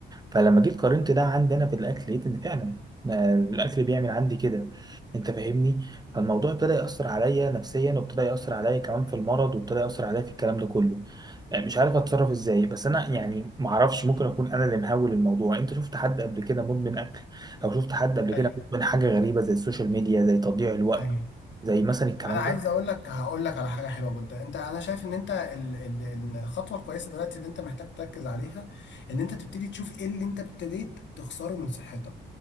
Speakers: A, on the right (about 20°); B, on the left (about 70°).
A: فلما جيت قارنت ده عندنا في الاكل لقيت ان فعلا ما الاكل بيعمل عندي كده انت فاهمني فالموضوع ابتدى ياثر عليا نفسيا وابتدى ياثر عليا كمان في المرض وابتدى ياثر عليا في الكلام ده كله يعني مش عارف اتصرف ازاي بس انا يعني ما اعرفش ممكن اكون انا اللي مهول الموضوع انت شفت حد قبل كده مدمن اكل او شفت حد قبل
B: ايوه
A: كده مدمن حاجه غريبه زي السوشيال ميديا زي تضييع الوقت
B: ايوه
A: زي مثلا الكلام
B: انا عايز
A: ده
B: اقول لك هقول لك على حاجه حلوه بودة انت انا شايف ان انت ال- ال- ال- الخطوه الكويسه دلوقتي اللي انت محتاج تركز عليها ان انت تبتدي تشوف ايه اللي انت ابتديت تخسره من صحتك